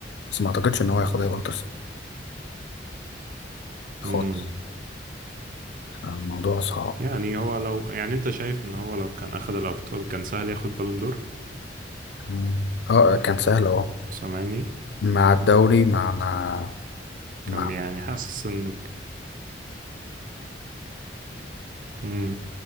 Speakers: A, on the left; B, on the right.
A: بس ما اعتقدش ان هو ياخدها برضه خالص
B: امم
A: الموضوع صعب
B: يعني هو لو يعني انت شايف ان هو لو كان اخذ الابطال كان سهل ياخد بالون دور
A: مم. اه كان سهل اه
B: سامعني
A: مع الدوري مع مع مع
B: كان يعني حاسس ان امم